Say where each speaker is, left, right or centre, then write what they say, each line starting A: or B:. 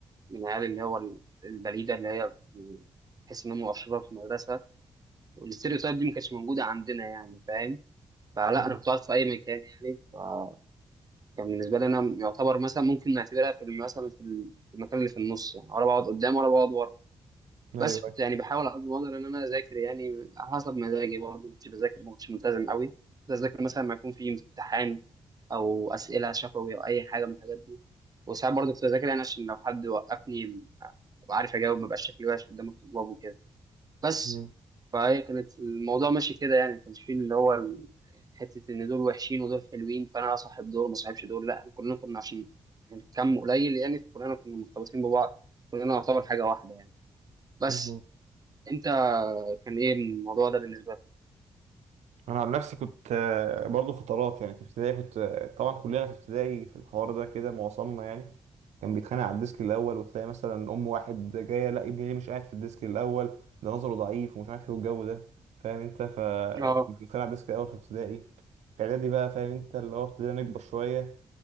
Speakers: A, on the right; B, on the right.
A: من العيال اللي هو ال- البليده اللي هي تحس انها مؤشره في المدرسه والاستيريوتايب دي ما كانتش موجوده عندنا يعني فاهم فلا
B: مم.
A: انا كنت قاعد في اي مكان يعني فكان بالنسبه لي انا يعتبر مثلا ممكن نعتبرها في ال- مثلا في ال- في المكان اللي في النص يعني ولا بقعد قدام ولا بقعد ورا
B: أيوه
A: بس كنت يعني بحاول على قد ما اقدر ان انا اذاكر يعني على حسب مزاجي برضه كنت بذاكر ما كنتش ملتزم قوي كنت اذاكر مثلا لما يكون في امتحان او اسئله شفوي او اي حاجه من الحاجات دي وساعات برضه كنت بذاكر يعني عشان لو حد وقفني ابقى عارف اجاوب ما بقاش شكلي وحش قدام الطلاب وكده بس
B: أيوه.
A: فهي كانت الموضوع ماشي كده يعني ما كانش فيه اللي هو ال- حته ان دول وحشين ودول حلوين فانا اصاحب دول ما اصاحبش دول لا احنا كلنا كنا عشان كم قليل يعني فكلنا كنا مرتبطين ببعض كلنا نعتبر حاجه واحده يعني بس
B: مم.
A: انت كان ايه الموضوع ده بالنسبه لك
B: انا عن نفسي كنت آه، برضو فترات يعني في ابتدائي كنت آه، طبعا كلنا في ابتدائي في الحوار ده كده معظمنا يعني كان بيتخانق على الديسك الاول وتلاقي مثلا ام واحد جايه لا ابني ليه مش قاعد في الديسك الاول ده نظره ضعيف ومش عارف ايه والجو ده فاهم انت ف
A: اه
B: كنا بنتخانق على الديسك الاول في ابتدائي في اعدادي بقى فاهم انت اللي هو ابتدينا نكبر شويه